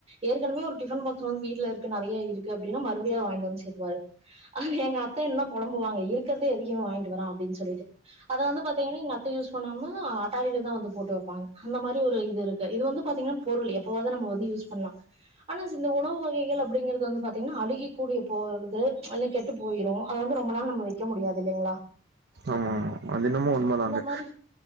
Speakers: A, on the right; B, on the right.
A: ஏற்கெனவே ஒரு டிஃபன் பாக்ஸ் வந்து வீட்ல இருக்கு நறைய இருக்கு அப்டின்னா மறுபுடியு அத வாய்ங்ட் வந் சேத்துவா எங்க அத்தை இன்னு பொலம்புவாங்க இருக்றதே எதுக்கு இவெ வாய்ங்ட் வரா அப்டின் சொல்லிட்டு அத வந்து பாத்தீங்கனா எங்க அத்தை யூஸ் பண்ணாம அட்டாலில தா வந்து போட்டு வெப்பாங்க அந்த மாரி ஒரு இது இருக்கு இது வந்து பாத்திங்னா பொருள் எப்பவாவ்தா நம்ப வந்து யூஸ் பண்லா ஆனா ஸ் இந்த உணவு வகைகள் அப்டிங்கறது வந்து பாத்தீங்ன்னா அழுகி கூடிய போகுது இல்னா கெட்டு போயிரு அத வந்து ரொம்ப நாள் நம்ப வெக்க முடியாது இல்லைங்ளா
B: ஆமா ஆமா அது என்னமோ உண்மை தாங்க
A: மாதிரி